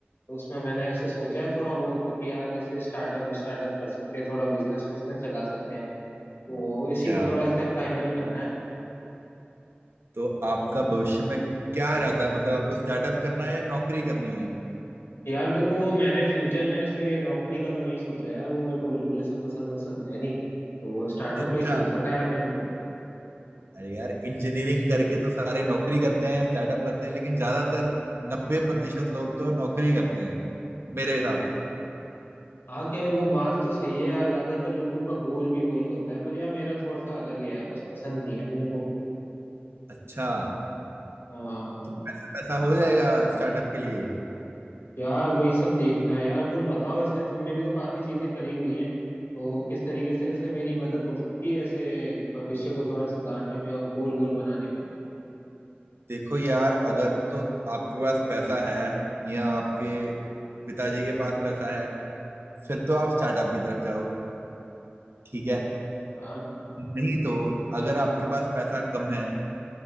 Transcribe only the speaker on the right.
क्या
बात
तो आपका भविष्य में क्या इरादा है मतलब आपको स्टार्टअप करना है या नौकरी करनी है
अच्छा
अरे यार इंजीनियरिंग करके तो सारे नौकरी करते हैं या स्टार्टअप करते हैं लेकिन ज्यादातर नब्बे प्रतिशत लोग तो नौकरी करते हैं मेरे हिसाब से
अच्छा
तो पैसा पैसा हो जाएगा स्टार्टअप के लिए
देखो यार अगर तो आपके पास पैसा है या आपके पिताजी के पास पैसा है फिर तो आप स्टार्टअप की तरफ जाओ ठीक है
नहीं तो अगर आपके पास पैसा कम है